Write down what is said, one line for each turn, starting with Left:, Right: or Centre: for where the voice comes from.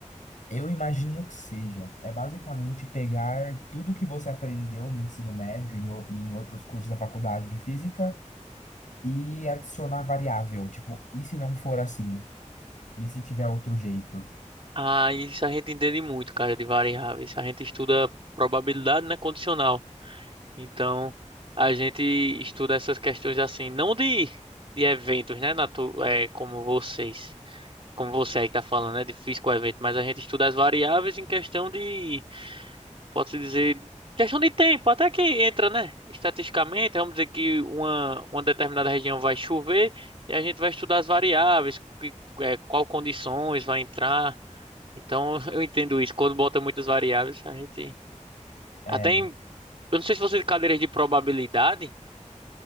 Left: Eu imagino que seja. É basicamente pegar tudo o que você aprendeu no ensino médio e em o- e em outros cursos da faculdade de física e adicionar variável. Tipo, e se não for assim? E se tiver outro jeito?
Right: Ah, isso a gente entende muito, cara, de variáveis. A gente estuda probabilidade, né, condicional. Então, a gente estuda essas questões assim, não de, de eventos, né, natu é, como vocês. como você aí está falando, é difícil com o evento, mas a gente estuda as variáveis em questão de, pode-se dizer, questão de tempo, até que entra, né? Estatisticamente, vamos dizer que uma, uma determinada região vai chover e a gente vai estudar as variáveis, que, é, qual condições vai entrar. Então, <laughs> eu entendo isso. Quando bota muitas variáveis, a gente
Left: É,
Right: até em, eu não sei se você tem cadeiras de probabilidade,